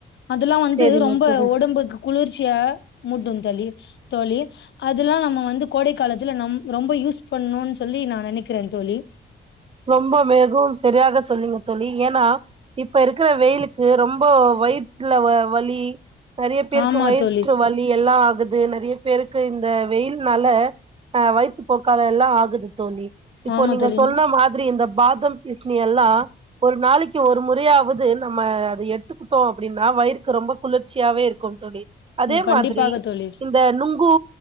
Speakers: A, on the left; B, on the right.
A: அதெல்லா வந்து
B: செரிங்க
A: ரொம்ப
B: தோழி
A: உடம்புக்கு குளிர்ச்சியா மூட்டுந் தோழி தோழி அதுல்லா நம்ம வந்து கோடை காலத்துல நம் ரொம்ப யூஸ் பண்ணணுன்னு சொல்லி நா நெனைக்கிற தோழி
B: ரொம்ப மெகவும் சரியாக சொன்னிங்க தோழி ஏன்னா இப்ப இருக்கிற வெயிலுக்கு ரொம்ப வயித்ல வலி நறைய பேருக்கு
A: ஆமா
B: வயிற்று
A: தோழி
B: வலி எல்லா ஆகுது நெறைய பேருக்கு இந்த வெயில்னால அ வயித்து போக்கால எல்லா ஆகுது தோழி இப்போ
A: ஆமா
B: நீங்க
A: தோழி
B: சொன்ன மாறி திரி இந்த பாதாம் பிசனி எல்லா ஒரு நாளைக்கு ஒரு முறையாவது நம்ம அத எடுத்துக்கிட்டோ அப்டின்னா வயிறுக்கு ரொம்ப குளிர்ச்சியாவே இருக்கும் தோழி அதே
A: ம் கண்டிப்பாக
B: மாத்ரி
A: தோழி
B: இந்த நுங்கு